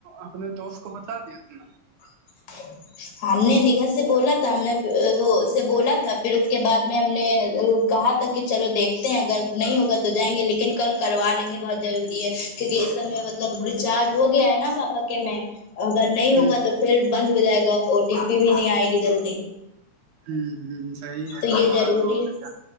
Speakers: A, on the right (about 85°); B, on the left (about 70°).
A: اپنے دوست کو بتا دیا تم نے
B: ھم ہم نے نگہ سے بولا تھا ہم نے وہ سے بولا تھا پھر اس کے بعد میں ہم نے کہا تھا کہ چلو دیکھتے ہیں اگر نہیں ہوگا تو جائیں گے لیکن کل کروا لیں گے بہت ضروری ہے کیکہ اس سمے مطلب ریچارج ہو گیا ہے نا پاپا میں اگر نہیں
A: ہ
B: ہوگا تو پھر بند ہو جائے گا او ٹی پی بھی نہیں آئے گی جلدی
A: ہ ہ صحیح ہے
B: تو
A: کروا
B: یہ ضروری
A: لو اور
B: ہے
A: کیا